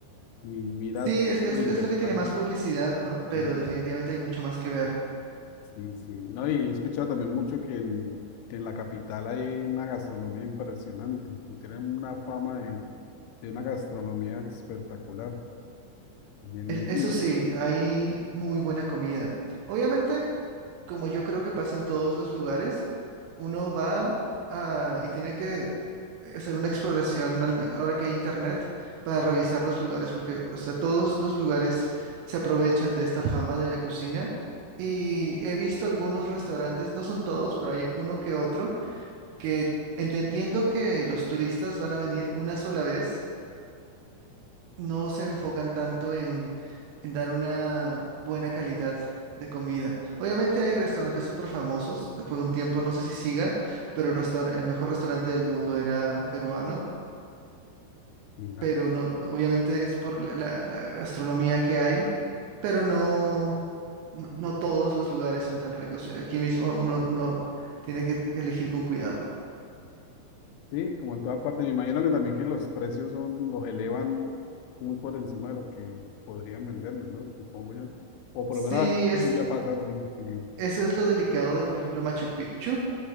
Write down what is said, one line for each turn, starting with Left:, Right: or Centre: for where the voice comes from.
Left: Y mira
Right: Sí, es que es,
Left: lo interesante.
Right: es lo que tiene más publicidad, ¿no? Pero
Left: Sí,
Right: definitivamente hay mucho más que ver.
Left: sí, sí. No, y he escuchado también mucho que en, que en la capital hay una gastronomía impresionante, que tienen una fama de, de una gastronomía espectacular, bien
Right: Es- Eso
Left: linda,
Right: sí, hay muy buena comida. Obviamente, como yo creo que pasa en todos los lugares, uno va a, y tiene que hacer una exploración, al me- ahora que hay internet, para revisar los lugares, porque o sea, todos los lugares se aprovechan de esta fama de la cocina. Y he visto algunos restaurantes, no son todos, pero hay uno que otro, que entendiendo que los turistas van a venir una sola vez, no se enfocan tanto en, en dar una buena calidad de comida. Obviamente hay restaurantes súper famosos, de por un tiempo no sé si siga, pero el restaur- el mejor restaurante del mundo era peruano,
Left: mira.
Right: pero no, no, obviamente es por la, la- la gastronomía que hay, pero no, no, no todos los lugares son tan ricos. Aquí mismo uno, uno tiene que elegir con cuidado.
Left: Sí, como en toda parte, me imagino que también que los precios son, los elevan muy por encima de lo que podrían venderlos, ¿no? Supongo yo. O por
Right: Sí,
Left: lo menos aquí en
Right: es,
Left: Colombia pasa así, que-
Right: eso es lo delicado de, por ejemplo, Machu Picchu